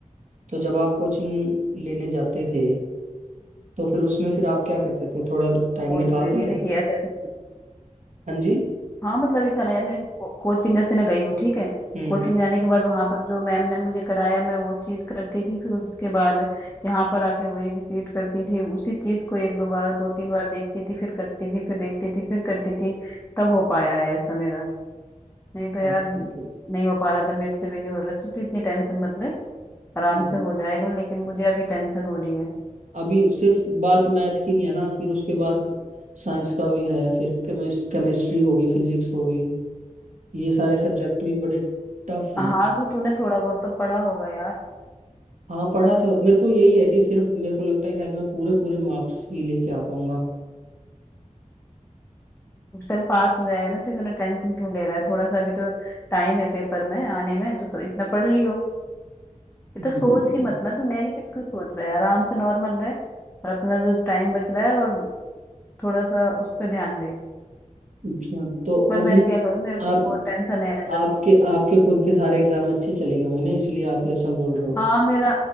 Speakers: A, on the right (about 65°); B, on the left (about 15°).
A: तो जब आप कोचिंग लेने जाते थे तो फिर उसमें फिर आप क्या करते थे थोड़ा टाइम
B: कोर्स
A: निकालते
B: ले लिए
A: थे
B: थे कि ऐसे ऐसे
A: हाँ जी
B: हाँ मतलब ये था ना यार मेरे कोचिंग जैसे मैं गई हूँ ठीक है
A: हम्म
B: कोचिंग जाने के बाद वहां पर जो मैम ने मुझे कराया मैं वो चीज करती थी फिर उसके बाद यहाँ पर आके वही रिपीट करती थी उसी चीज को एक दो बार दो तीन बार देखती थी फिर करती थी फिर देखती थी फिर करती थी तब हो पाया है ऐसा मेरा नहीं तो यार
A: Okay
B: नहीं
A: okay
B: हो पा रहा था मेरे से भी नहीं हो रहा तो, तो इतनी टेंशन मतलब आराम
A: हम्म।
B: से हो जाएगा लेकिन मुझे अभी टेंशन हो रही है
A: अभी सिर्फ बात मैथ की नहीं है ना फिर उसके बाद साइंस का भी है फिर केमिस्ट केमिस्ट्री होगी फिजिक्स होगी ये सारे सब्जेक्ट भी बड़े टफ हैं
B: हाँ तो तूने थोड़ा बहुत तो पढ़ा होगा यार
A: हाँ पढ़ा तो मेरे को यही है कि सिर्फ मेरे को लगता है कि शायद मैं पूरे पूरे मार्क्स ही लेके आ पाऊंगा
B: चल पास हो जाएगा ना तो इतना टेंशन क्यों ले रहा है थोड़ा सा अभी तो टाइम है पेपर में आने में तो, तो इतना पढ़ लियो इतना
A: हम्म,
B: सोच ही मत ना तू नेगेटिव क्यों सोच रहा है आराम से नॉर्मल रहे और अपना जो टाइम बच रहा है और थोड़ा सा उस पर ध्यान दे
A: अच्छा तो
B: पर
A: अब नहीं,
B: मैं क्या करूँ मेरे को तो
A: आप
B: बहुत टेंशन है यार
A: आपके
B: अभी
A: आपके खुद के सारे एग्जाम अच्छे चले गए होंगे ना इसलिए आप ऐसा बोल रहे हो
B: हाँ मेरा